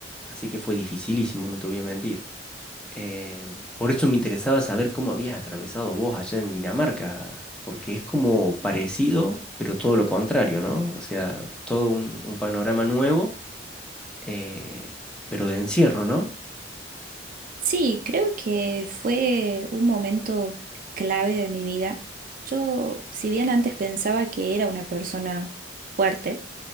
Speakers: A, in the centre; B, on the right.
A: Así que fue dificilísimo, no te voy a mentir. Eh, por eso me interesaba saber cómo habías atravesado vos allá en Dinamarca, porque es como parecido, pero todo lo contrario, ¿no? O sea, todo un, un panorama nuevo, eh, pero de encierro, ¿no?
B: Sí, creo que fue un momento clave de mi vida. Yo, si bien antes pensaba que era una persona fuerte,